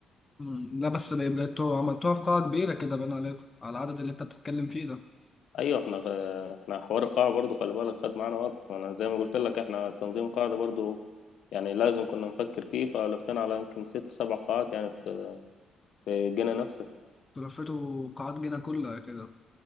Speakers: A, on the left; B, on the left.
A: مم. لا بس بقى- بقيتوا عملتوها في قاعة كبيرة كده باين عليكم على العدد اللي انت بتتكلم فيه ده
B: ايوه احنا احنا حوار القاعه برضو خلي بالك خد معانا وقت انا زي ما قلت لك احنا تنظيم قاعده برضو يعني لازم كنا نفكر فيه فلفينا على يمكن ست سبع قاعات يعني في في الجنة نفسها
A: تلفتوا قاعات جنة كلها كده